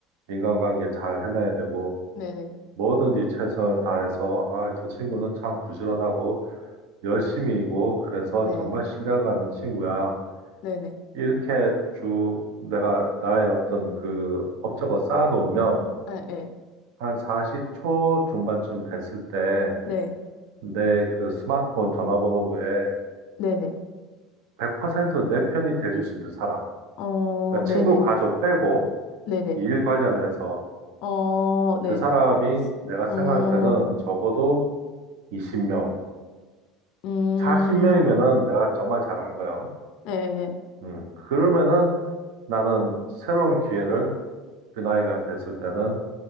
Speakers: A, on the right (about 85°); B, on the left (about 55°).
A: 인간관계 잘 해놔야 되고,
B: 네네.
A: 뭐든지 최선을 다해서, 아, 저 친구는 참 부지런하고, 열심히이고, 그래서
B: 네.
A: 정말 신뢰가는 친구야.
B: 네네.
A: 이렇게 쭉 내가 나의 어떤 그 업적을 쌓아놓으면,
B: 네. 네.
A: 한 40초 중반쯤 됐을 때,
B: 네.
A: 내 그 스마트폰 전화번호부에
B: 네네.
A: 100%내 편이 돼줄 수 있는 사람.
B: 어,
A: 그러니까
B: 네네.
A: 친구, 가족 빼고,
B: 네네.
A: 일 관련해서
B: 어, 네.
A: 그 사람이 내가
B: 어,
A: 생각할 때는 적어도 20명,
B: 음,
A: 40명이면은 내가 정말 잘한 거야.
B: 예, 예.
A: 음, 그러면은 나는 새로운 기회를 그 나이가 됐을 때는